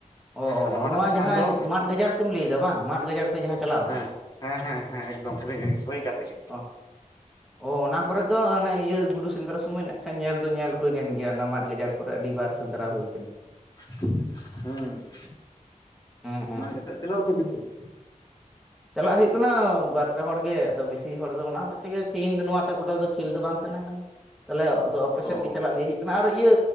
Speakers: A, in the centre; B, on the left (about 30°).
A: ᱚ ᱚ
B: ᱟᱨ ᱱᱚᱣᱟᱴᱟᱜ
A: ᱱᱚᱣᱟ
B: ᱛᱮᱠᱷᱟᱱ
A: ᱡᱟᱦᱟᱸᱭ
B: ᱫᱚ
A: ᱢᱟᱫ ᱜᱟᱡᱟᱲ ᱛᱮᱢ ᱞᱟᱹᱭᱮᱫᱟ ᱵᱟᱝ, ᱢᱟᱫ ᱜᱟᱡᱟᱲ ᱛᱮ ᱡᱟᱦᱟᱸ ᱪᱟᱞᱟᱣ ᱠᱟᱱᱟ?
B: ᱦᱮᱸ ᱦᱮᱸ ᱦᱮᱸ ᱦᱮᱸ ᱮᱠᱫᱚᱢ ᱦᱳᱭ ᱦᱳᱭ ᱚᱝᱠᱟ ᱛᱮᱜᱮ᱾
A: ᱚ ᱚ ᱚᱱᱟ ᱠᱚᱨᱮ ᱫᱚ ᱚᱱᱮ ᱤᱭᱟᱹ ᱜᱩᱰᱩ ᱥᱮᱸᱫᱽᱨᱟ ᱥᱚᱢᱚᱭ ᱱᱟᱜ ᱠᱷᱟᱡ ᱧᱮᱞ ᱫᱚ ᱧᱮᱞ ᱦᱩᱭ ᱞᱮᱱ ᱜᱮᱭᱟ ᱚᱱᱟ ᱢᱟᱫ ᱜᱟᱡᱟᱲ ᱠᱚᱨᱮᱫ ᱟᱹᱰᱤ ᱵᱟᱨ ᱥᱮᱸᱫᱽᱨᱟ ᱦᱩᱭ ᱠᱟᱱᱟ᱾
B: <inaudible> ᱦᱩᱸ᱾
A: ᱦᱮᱸ ᱦᱮᱸ
B: ᱚᱱᱟᱜᱮ
A: ᱦᱮᱸ
B: ᱛᱟᱦᱞᱮ ᱛᱤᱱᱟᱹᱜ ᱦᱚᱲ ᱯᱮ ᱦᱤᱡᱩᱜ ᱠᱟᱱᱟ?
A: ᱪᱟᱞᱟᱜ ᱦᱩᱭᱩᱜ ᱠᱟᱱᱟ ᱵᱟᱨ ᱯᱮ ᱦᱚᱲ ᱜᱮ᱾ ᱟᱫᱚ ᱵᱤᱥᱤ ᱦᱚᱲ ᱫᱚ ᱚᱱᱟ ᱦᱚᱛᱮᱫ ᱛᱮᱜᱮ ᱥᱮ ᱤᱧ ᱫᱚ ᱱᱚᱣᱟᱴᱟᱜ ᱜᱰᱟ ᱨᱮᱫᱚ ᱠᱷᱮᱞ ᱫᱚ ᱵᱟᱝ ᱥᱮᱟᱱᱟ ᱠᱟᱱᱟ᱾ ᱛᱟᱦᱚᱞᱮ ᱟᱫᱚ ᱟᱯᱮ ᱥᱮᱫ
B: ᱚ
A: ᱜᱮ ᱪᱟᱞᱟᱜ ᱞᱟᱹᱭ ᱦᱩᱭᱩᱜ ᱠᱟᱱᱟ ᱟᱨ ᱤᱭᱟᱹ